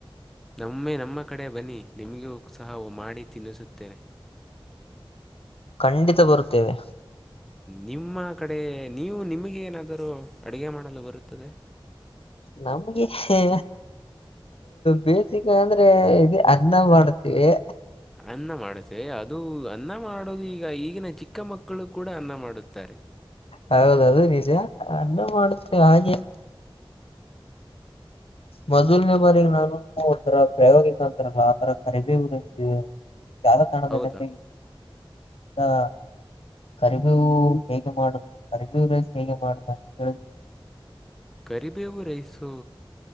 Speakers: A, in the centre; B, on the left.
A: ನಮ್ಮೆ ನಮ್ಮ ಕಡೆ ಬನ್ನಿ ನಿಮಗೂ ಸಹ ಮಾಡಿ ತಿನ್ನಿಸುತ್ತೇನೆ
B: ಖಂಡಿತ ಬರುತ್ತೇವೆ
A: ನಿಮ್ಮ ಕಡೆ ನೀವು ನಿಮಗೆ ಏನಾದರೂ ಅಡಗೆ ಮಾಡಲು ಬರುತ್ತದೆ
B: ನಮಗೆ ಅಹ ಬೇಸಿಕ ಅಂದ್ರೆ ಇದು ಅನ್ನ ಮಾಡತೀವಿ
A: ಅನ್ನ ಮಾಡಸೆ ಅದು ಅನ್ನ ಮಾಡೋದು ಈಗ ಈಗಿನ ಚಿಕ್ಕ ಮಕ್ಕಳು ಕೂಡ ಅನ್ನ ಮಾಡುತ್ತಾರೆ
B: ಹೌದದು ನಿಜ ಅನ್ನ ಮಾಡುತ್ತೆ ಹಾಗೆ ಮೊದಲನೇ ಬಾರಿಗೆ ನಾನು ಒಥರ ಪ್ರಯೋಗಿಕ ಅಂತಾರಲ್ಲ ಆತರ ಕರಿಬಿ ಉ್ತವಿ ಜಾಲತಾಣದಿ
A: ಹೌದಾ
B: ಆ ಕರಿವ್ಯವು ಹೇಗೆ ಮಾಡುದು ಕರಿವ್ಯೂ ರಸ್ ಹೇಗೆ ಮಾಡುದ ಅಂತ ಹೇಳತಾರೆ
A: ಕರಿಬೇವು ರೈಸು